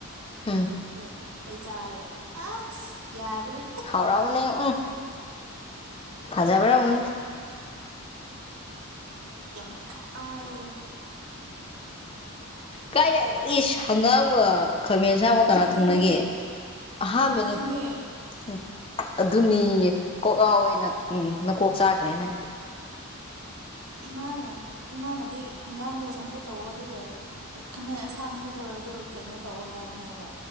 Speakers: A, on the left; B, on the right.
A: ꯎꯝ
B: ꯑꯗꯣ ꯑꯩ ꯆꯥꯔꯦ ꯑꯁ ꯌꯥꯗ꯭ꯔꯦ
A: ꯍꯥꯎꯔꯝꯃꯅꯤ ꯎꯝ ꯐꯖꯥꯔꯝꯅꯤ ꯫
B: ꯌꯥꯝꯈꯛꯥꯏ
A: ꯀꯥꯏꯅꯦ ꯏ ꯍꯪꯒꯥꯝ ꯈꯥꯃꯦꯟ ꯑꯁꯥꯡꯕ ꯀꯅꯥ
B: ꯑꯗꯨꯅꯦ
A: ꯊꯨꯡꯅꯒꯦ ꯑꯍꯥꯟꯕꯅꯦ
B: ꯑꯗꯨꯅꯦ
A: ꯫ ꯑꯗꯨꯅꯤꯌꯦ ꯀꯣꯛ ꯌꯥꯥꯎꯋꯦ ꯅꯪ ꯎꯝ ꯅ ꯀꯣꯛ ꯆꯥꯈ꯭ꯔꯦꯅꯪ
B: ꯏꯃꯥꯅ ꯏꯃꯥꯅꯗꯤ ꯍꯪꯒꯥꯝꯗꯣ ꯆꯝꯐꯨꯠ ꯇꯧꯑꯣ ꯑꯗꯨꯒ ꯈꯥꯃꯦꯟ ꯑꯁꯥꯡꯕ ꯫ ꯑꯗꯣ ꯑꯣ ꯀꯩꯅꯣ ꯇꯧꯕ ꯍꯥꯏꯕꯅꯦꯕ